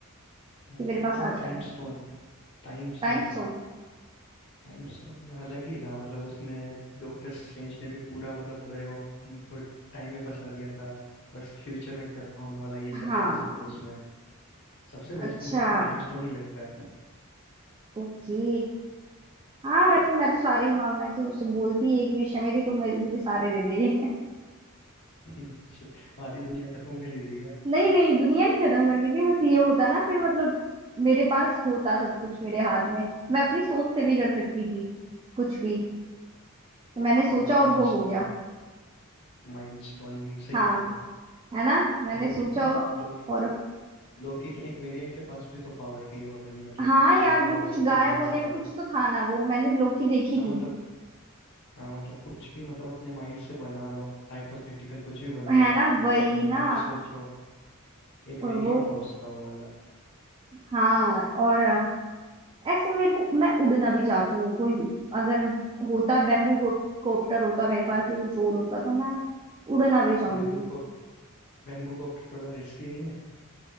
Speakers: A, on the left; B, on the right.
A: मैं
B: कि मेरे पास
A: तो
B: आ जाए
A: time
B: वो
A: stone Time
B: Time
A: stone
B: stone
A: Time stone में अलग ही था मतलब उसने डॉक्टर स्ट्रेंज ने भी पूरा मतलब डोरेमोन को टाइम में फंसा दिया था और फ्यूचर में क्या होने वाला है ये सब
B: हाँ
A: जान सकते हैं उसमें सबसे बेस्ट
B: अच्छा
A: तो मेरे को टाइम स्टोन ही लगता है
B: ओके हाँ वैसे मैं तो सारे ही माँ मैं तो उससे बोलती एक विषय मेरी तो मेरे- मुझे सारे दे दे
A: <laughs> आधी दुनिया खत्म करने दी गया
B: नहीं नहीं दुनिया नहीं खत्म करनी थी बस ये होता ना फिर मतलब मेरे पास होता सब कुछ मेरे हाथ में मैं अपनी सोच से भी कर सकती थी कुछ भी तो मैंने सोचा
A: हाँ माइंड
B: और वो
A: स्टोन
B: हो गया
A: माइंड स्टोन भी सही
B: हाँ
A: था
B: है ना मैंने
A: लोकी
B: सोचा
A: के लोक
B: और
A: लोकी के एक वेरिएंट के पास भी तो पावर थी ये वाली मतलब
B: हाँ यार
A: सोच के
B: वो
A: वो
B: कुछ
A: सब कुछ
B: गायब
A: बना
B: होने
A: सकता वो
B: कुछ तो था ना वो मैंने लोकी देखी
A: हाँ
B: थी
A: मतलब हाँ मतलब कुछ भी मतलब अपने माइंड से बना लो हाइपोथेटिकल कुछ भी बन जाता
B: है ना
A: है मतलब
B: वही
A: अपने मन
B: ना
A: में सोचो एक
B: और
A: वेरिएंट
B: वो
A: था उसका वो वाला
B: हाँ और ऐसे मेरे को मैं उड़ना भी चाहती हूँ कोई अगर होता बेम्बू कॉप्टर होता मेरे पास या कुछ और होता तो मैं उड़ना भी चाहूंगी
A: बैम्बू को बैम्बू कॉप्टर थोड़ा रिस्की नहीं है